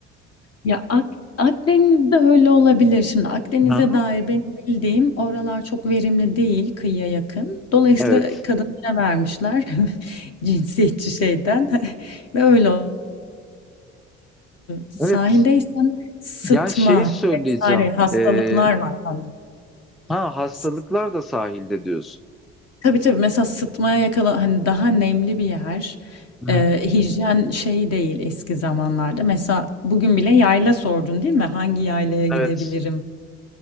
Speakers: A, on the left; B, in the centre.
A: Ya Ak Akdeniz'de öyle olabilir. Şimdi Akdeniz'e
B: Aha,
A: dair benim bildiğim oralar çok verimli değil kıyıya yakın. Dolayısıyla
B: evet.
A: kadınlara vermişler <laughs> cinsiyetçi şeyden <laughs> ve öyle oldu. Sahildeysen
B: Evet.
A: sıtma
B: Ya şey söyleyeceğim.
A: vesaire hastalıklar
B: Ee,
A: var hani.
B: ha hastalıklar
A: S-
B: da sahilde diyorsun.
A: Tabii tabii mesela sıtmaya yakala hani daha nemli bir yer.
B: Hı
A: Ee,
B: hı.
A: hijyen şey değil eski zamanlarda. Mesela bugün bile yayla sordun değil mi? Hangi yaylaya gidebilirim?
B: Evet.